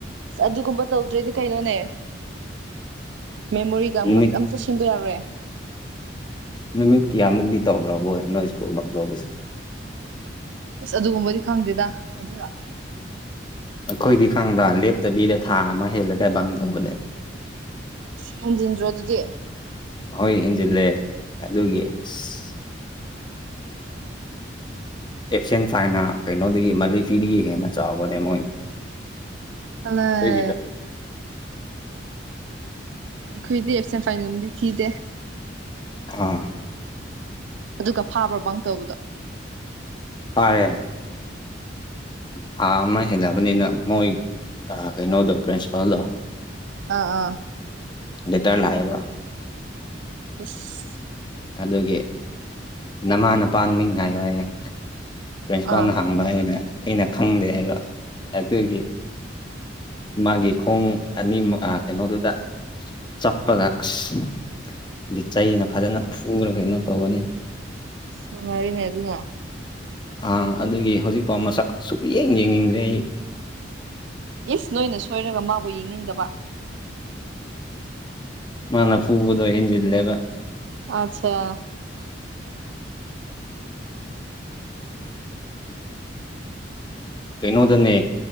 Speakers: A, on the right; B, on the left.
A: ꯑꯗꯨꯒꯨꯝꯕ ꯇꯧꯗ꯭ꯔꯗꯤ ꯀꯩꯅꯣꯅꯦ ꯃꯦꯃꯣꯔꯤꯒ ꯑꯃꯠ
B: ꯅꯨꯃꯤꯠ
A: ꯑꯝꯇ ꯁꯦꯝꯕ ꯌꯥꯎꯔꯦ
B: ꯅꯨꯃꯤꯠ ꯀꯌꯥꯃꯨꯛꯗꯤ ꯇꯧꯒ꯭ꯔꯕꯣꯏ ꯅꯣꯏ ꯁ꯭ꯀꯨꯜ ꯕꯪ ꯇꯩꯕꯁꯦ
A: ꯏꯁ ꯑꯗꯨꯒꯨꯝꯕꯗꯤ ꯈꯪꯗꯦꯗ ꯑꯗꯨꯔꯣ
B: ꯑꯩꯈꯣꯏꯗꯤ ꯈꯪꯕ꯭ꯔ ꯂꯦꯞꯇꯕꯤꯗ ꯊꯥ ꯑꯃ ꯍꯦꯜꯂꯒ ꯕꯪ ꯇꯧꯕꯅꯦ
A: ꯍꯦꯟꯖꯤꯟꯗ꯭ꯔꯣ ꯗꯨꯗꯤ
B: ꯍꯣꯏ ꯍꯦꯟꯖꯤꯜꯂꯦ ꯑꯗꯨꯒꯤ ꯏꯁ ꯑꯦꯞꯁꯦꯟ ꯐꯥꯏꯅ ꯀꯩꯅꯣꯗꯒꯤ ꯃꯟꯂꯤ ꯐꯤꯗꯒꯤ ꯍꯦꯟꯅ ꯆꯥꯎꯕꯅꯦ ꯃꯣꯏ
A: ꯍꯜꯂꫭ
B: ꯑꯩꯈꯣꯏꯒꯤꯅ
A: ꯈꯣꯏꯗꯤ ꯑꯦꯞꯁꯦꯟ ꯐꯥꯏꯟꯒꯨꯝꯕꯗꯤ ꯊꯤꯗꯦ
B: ꯑꯥ
A: ꯑꯗꯨꯒ ꯐꯥꯕ꯭ꯔꯣ ꯕꯪ ꯇꯧꯕꯗꯣ
B: ꯐꯥꯔꯦ ꯊꯥ ꯑꯃ ꯍꯦꯜꯂꯕꯅꯤꯅ ꯃꯣꯏ ꯑ ꯀꯩꯅꯣꯗꯣ ꯄ꯭ꯔꯤꯟꯁꯤꯄꯜꯗꯣ
A: ꯑꯥ ꯑꯥ
B: ꯂꯦꯇꯔ ꯂꯥꯛꯑꯦꯕ
A: ꯢꯁ
B: ꯑꯗꯨꯒꯤ ꯅꯃꯥ ꯅꯄꯥꯃꯤꯡ ꯍꯥꯏꯌꯨ ꯍꯥꯏ ꯄ꯭ꯔꯤꯟꯁꯤꯄꯜꯅ
A: ꯑꯥ
B: ꯍꯥꯡꯕ ꯑꯩꯅ ꯑꯩꯅ ꯈꯪꯗꯦ ꯍꯥꯏꯕ ꯑꯗꯨꯒꯤ ꯃꯥꯒꯤ ꯈꯣꯡ ꯑꯅꯤꯃ ꯑ ꯀꯩꯅꯣꯗꯨꯗ ꯆꯥꯞꯄꯒ ꯑꯁ ꯂꯤꯆꯩꯩꯅ ꯐꯖꯅ ꯐꯨꯔ ꯀꯩꯅꯣ ꯇꯧꯒꯅꯤ
A: ꯅꯨꯡꯉꯥꯢꯔꯦꯅꯦ ꯑꯗꯨꯅ
B: ꯑ ꯑꯗꯨꯒꯤ ꯍꯧꯖꯤꯛꯄꯥꯎ ꯃꯁꯛ ꯁꯨꯛꯌꯦꯡ ꯌꯦꯡꯅꯤꯡꯗ꯭ꯔꯦ ꯑꯩ
A: ꯏꯁ ꯅꯣꯏꯅ ꯁꯣꯏꯔꯒ ꯃꯥꯕꯨ ꯌꯦꯡꯅꯤꯡꯗꯕ
B: ꯃꯥꯅ ꯐꯨꯕꯗꯣ ꯍꯦꯟꯖꯤꯜꯂꯦꯕ
A: ꯑꯆꯥ
B: ꯀꯩꯅꯣꯗꯅꯦ